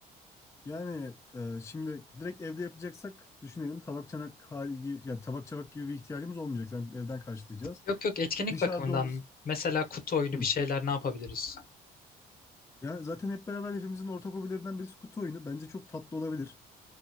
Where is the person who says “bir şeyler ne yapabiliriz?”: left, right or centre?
Left